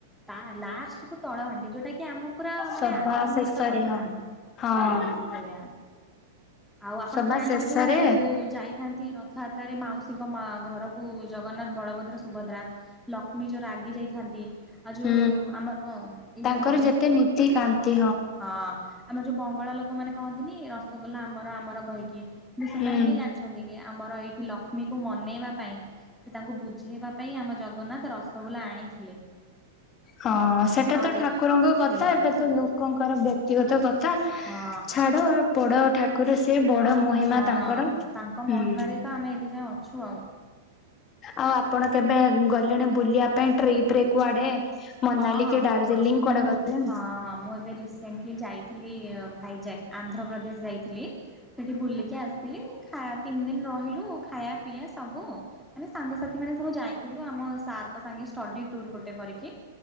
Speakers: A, in the centre; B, on the left.
A: ତା ଲାଷ୍ଟ କୁ ତଳହାଣ୍ଡି <unintelligible> ଯୋଟ ସେଟା କି ଆମ ପୁରା
B: ସଭା
A: ମାନେ ଆଚମ୍ବିତ
B: ଶେଷରେ
A: କଥା
B: ହଁ
A: ସେଇୟା
B: ହଁ
A: ଆଉ ଆପଣ
B: ସଭା
A: ତ ଜାଣିଥିବେ
B: ଶେଷରେ
A: ଯୋଉ ଯାଇଥାନ୍ତି ରଥଯାତ୍ରାରେ ମାଉସୀଙ୍କ ମା ଘରକୁ ଜଗନ୍ନାଥ ବଳଭଦ୍ର ସୁଭଦ୍ରା ଲକ୍ଷ୍ମୀ ଯୋଉର ରାଗି ଯାଇଥାନ୍ତି ଆଉ ଯୋଉ
B: ହୁଁ
A: ଆମର ଏଇ
B: ତାଙ୍କର
A: ଯୋଉ
B: ଯେତେ ନୀତି କାନ୍ତି
A: ହଁ ଆମର ଯୋଉ ବଙ୍ଗଳା ଲୋକମାନେ କହନ୍ତିନି ରସଗୋଲା ଆମର ଆମର କହିକି କିନ୍ତୁ ସେମାନେ
B: ହୁଁ
A: କିଏ ଜାଣିଛନ୍ତି କି ଆମର ଏଇଠି ଲକ୍ଷ୍ମୀକୁ ମନେଇବା ପାଇଁ ସେ ତାଙ୍କୁ ବୁଝେଇବା ପାଇଁ ଆମ ଜଗା ଜଗନ୍ନାଥ ରସଗୋଲା ଆଣିଥିଲେ
B: ହଁ ସେଟା
A: ଆଉ
B: ତ ଠାକୁରଙ୍କ କଥା
A: ସେଇଆ
B: ଏଇଟା ତ ଲୋକଙ୍କର ବ୍ୟକ୍ତିଗତ କଥା ତା
A: ହଁ
B: ଛାଡ ଆ ପଡ ଠାକୁର ସେ ବଡ ମହିମା
A: ହଁ
B: ତାଙ୍କର
A: ତାଙ୍କ ମହିମାରେ
B: ହୁଁ
A: ତ ଆମେ ଏବେ ଯାଏଁ ଅଛୁ ଆଉ।
B: ଆଉ ଆପଣ କେବେ ଗଲେଣି ବୁଲିବା ପାଇଁ ଟ୍ରିପ ରେ କୁଆଡେ? ମନାଲୀ
A: ହଁ ହଁ
B: କି ଦାର୍ଜିଲିଂ କୁଆଡେ
A: ମୁଁ
B: ଗଲେଣି?
A: ହଁ ମୁଁ ଏବେ ରିସେଣ୍ଟଲି ଯାଇଥିଲି ଭାଇଜାକ୍ ଆନ୍ଧ୍ରପ୍ରଦେଶ ଯାଇଥିଲି ସେଠି ବୁଲିକି ଆସିଥିଲି ଖାଇବା ତିନି ଦିନ ରହିଲୁ ଖାଇବା ପିଇବା ସବୁ ମାନେ ସାଙ୍ଗସାଥି ମାନେ ସବୁ ଯାଇଥିଲୁ ଆମ ସାର୍ଙ୍କ ସାଙ୍ଗେ ଷ୍ଟଡି ଟୁର୍ ଗୋଟେ କରିକି